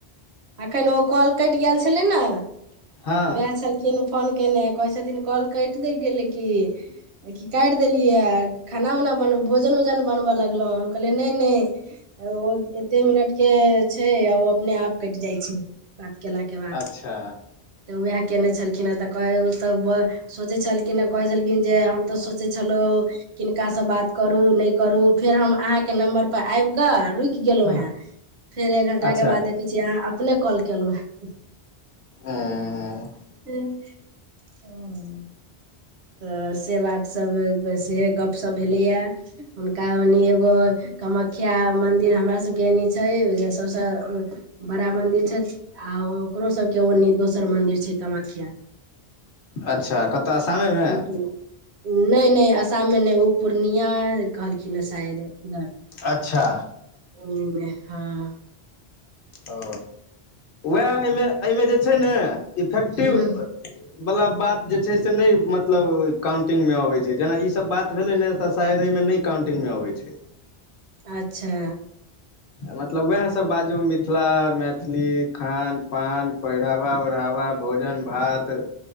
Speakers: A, on the right (about 75°); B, on the left (about 60°).
A: एखन ओ कल कटि गेल छलै ने
B: हँ
A: उएह छलखिन फोन केयने कहै छथिन कॉल कइट न गेलै की ई की काइट देलियै खाना उना बन भोजन उजन बनबय लगलो हम कहलियै नय नय ओ एते मिनट के छै ओ अपने आप कइट जाइ छै बात केला के बाद
B: अच्छा
A: तऽ उएह कयने छलखिनेँ तऽ कह ओसभ सोचै छलखिन हे कहै छलखिन जे हम तऽ सोचै छलो किनकासँ बात करू नय करू फेर हम अहाँके नम्बर पर आबिकऽ रुक गेलु
B: हँ
A: हें फेर एक घंटा
B: अच्छा
A: के बाद देखै छियै अहाँ अपने कॉल केलो हें
B: <unintelligible>
A: <inaudible> तऽ से बातसभ से गपशप भेलैए हुनका मनि एगो कामाख्या मन्दिर हमरा सभके एने छैए जे सभसँ बड़ा मंदिर छै आ ओकरो सबके ओन्नी दोसर मंदिर छै कामख्या
B: अच्छा कतऽ आसामे मे
A: नय नय आसाममे नय ओ पूर्णिया कहलखिन ह शायद इधर
B: अच्छा
A: उमें हँ
B: ओ उएह एहिमे एहिमे जे छै ने इफेक्टिव
A: ह
B: वला बात जे छै से नय मतलब काउंटिंग मे अबै छै जेना ई सब बात भेलै ने तऽ शायद एहि मे नय काउंटिंग मे अबै छै
A: अच्छा
B: मतलब उएहसभ बाजू मिथिला मैथिली खान पान पहिरावा ओढ़ावा भोजन भात